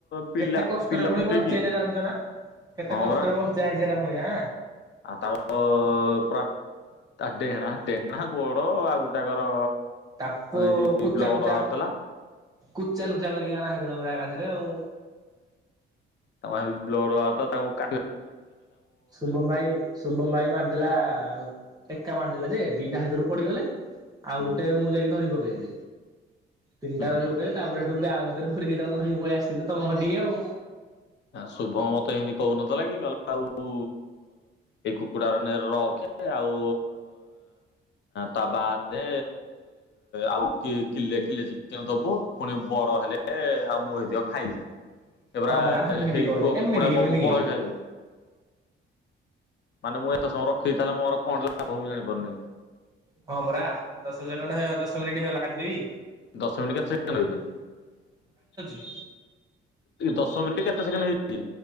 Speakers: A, on the left; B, on the right.
A: ପିଲା
B: କେତେ କଷ୍ଟରେ
A: ପିଲା
B: ପୁଣି
A: ଫୁଟେଇକି
B: ବଞ୍ଚେଇଛେ ଜାଣିଛ ନା। କେତେ
A: ହଁ
B: କଷ୍ଟରେ
A: ପରା
B: ବଞ୍ଚା ହେଇଛି ହେରା ପୁଣି ନା।
A: ଆଉ ତା ପୁରା ତା ଡେଣା ଡେଣା ଗୋଡ ଆଉ ଗୋଟାକର।।
B: ତାକୁ
A: ଏମିତି
B: କୁଚା
A: ବ୍ଲଡ
B: ନୁଚା
A: ବାହାରୁଥିଲା।
B: କୁଚା ନୁଚା କରିକି ନାହିଁଦେଲା ପୁରା ଏକାଥରେ ଆଉ।
A: ତାଙ୍କ ବ୍ଲଡ଼ ତାଙ୍କୁ କା
B: ଶୁଭମ ଭାଇ ଶୁଭମ ଭାଇ ବା ଦେଲା ଟେକା ମାରିଦେଲା ଯେ ଦିଟା ହେଥରୁ ପଡିଗଲେ।
A: ହୁଁ
B: ଆଉ ଗୋଟେ ମୁଁ ଯାଇକି ଧରିି ପକେଇଲି। ତିନିଟା
A: ହୁଁ
B: ଧରି ପକେଇଲେ ତାପରେ ସେଠୁ ବ୍ୟାଗ ଭିତରେ ପୁରେଇଲି ତାକୁ ଧରିକି ପଳେଇ ଆସିଛି ତ ତମ ଘର ଟିକି ଆଉ।
A: ଶୁଭମ ମତେ ଏମିତି କହୁନଥିଲା କି କଇଲା ଆଉ ଏଇ କୁକୁଡାରେ ନେ ରଖେ ଆଉ ତା ବାଦ ଆଉ କିଲେ କିଲେ ଚିକେନ ଦବୁ ପୁଣି ବର ନ ହେଲେ ଆଉ ମୁଁ ହେତିକ ଖାଇଦେବି ଏ ପରା।
B: ହଁ ହେମିତି
A: ଏ ହେଇ
B: କହୁଛି
A: କୁଆ
B: ଏମିତି
A: କୁକୁଡ଼ା
B: କି
A: ବ
B: ଏମିତି
A: ବ
B: କି
A: ବହେ ହେ ଖାଇଦବୁ। ମାନେ ମୁଁ ଏତେ ସମୟ ରଖିବି ତାହେଲେ ମୋର କଣ ଲାଭ ମୁଁ ଜାଣିପାରୁନି।
B: ହଁ ପରା ଦଶ ସେକଣ୍ଡ ଦଶ ମିନିଟ୍ ହେଇଗଲା କାଟିଦେବି?
A: ଦଶ ମିନିଟ କେତେ ସେକେଣ୍ଡ ହେଇଛି?
B: ହ
A: ଦଶ ମିନିଟ କେତେ ସେକେଣ୍ଡ ହେଇଛି?